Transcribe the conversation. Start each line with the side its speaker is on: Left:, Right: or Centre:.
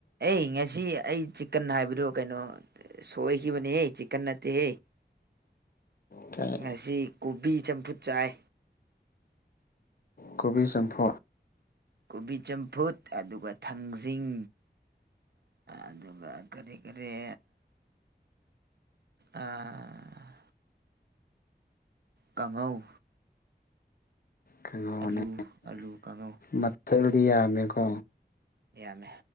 Right: ꯑꯩ ꯉꯁꯤ ꯑꯩ ꯆꯤꯛꯀꯟ ꯍꯥꯏꯕꯗꯣ ꯀꯩꯅꯣ ꯁꯣꯏꯈꯤꯕꯅꯦꯍꯦ ꯆꯤꯛꯀꯟ ꯅꯠꯇꯦꯍꯦ
Left: ꯀꯩ
Right: ꯉꯁꯤ ꯀꯣꯕꯤ ꯆꯝꯐꯨꯠ ꯆꯥꯏ
Left: ꯀꯣꯕꯤ ꯆꯝꯐꯨ
Right: ꯀꯣꯕꯤ ꯆꯝꯐꯨꯠ ꯑꯗꯨꯒ ꯊꯥꯡꯖꯤꯡ ꯑꯗꯨꯒ ꯀꯔꯤ ꯀꯔꯤ ꯑꯥ ꯀꯥꯡꯉꯧ
Left: ꯀꯥꯡꯍꯧꯅꯦ
Right: ꯑꯂꯨ ꯑꯂꯨ ꯀꯥꯡꯉꯧ
Left: ꯃꯊꯦꯜꯗꯤ ꯌꯥꯝꯃꯦꯀꯣ
Right: ꯌꯥꯃꯦ